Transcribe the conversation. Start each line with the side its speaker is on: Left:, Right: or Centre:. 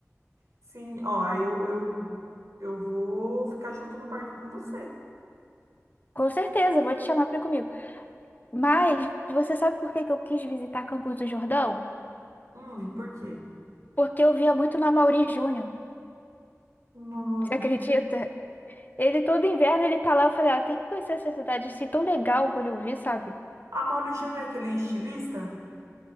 Right: Sim, ó, aí eu, eu, eu vou ficar junto no parque com você.
Left: Com certeza, eu vou te chamar para comigo. Mas você sabe por que que eu quis visitar Campos do Jordão?
Right: Hum, por quê?
Left: Porque eu via muito na Mauri Júnior.
Right: No Mauri
Left: Você acredita?
Right: Júnior.
Left: Ele todo inverno ele tá lá, eu falei, ah, tem que conhecer essa cidade assim tão legal quando eu vi, sabe?
Right: A Mauri Júnior é aquele estilista,